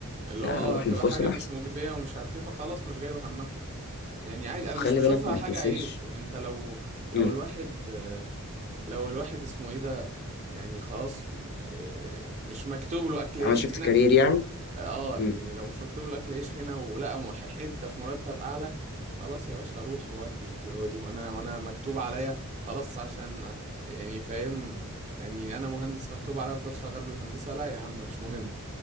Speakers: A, on the right; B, on the left.
A: اللي
B: لا
A: هو اه
B: انا اروح
A: هتبقى
B: للفرصه
A: حاجة
B: الاحسن
A: مش مجدية ومش عارف ايه فخلاص مش جايبة همها يعني عادي انا
B: وخلي
A: مش بشوفها
B: بالك ما
A: حاجة
B: تنساش
A: عيب انت لو لو
B: امم
A: الواحد آه، لو الواحد اسمه ايه ده يعني خلاص آه، مش مكتوب له اكل
B: عمل
A: عيش
B: شيفت
A: هنا
B: كارير يعني
A: اه يعني
B: امم
A: لو مش مكتوب لك عيش هنا ولقى م- حته في مرتب اعلى خلاص يا باشا اروح وادي حلوه دي وانا وانا مكتوب عليا خلاص عشان يعني فاهم يعني انا مهندس مكتوب عليا افضل شغال بالهندسه لا يا عم مش مهم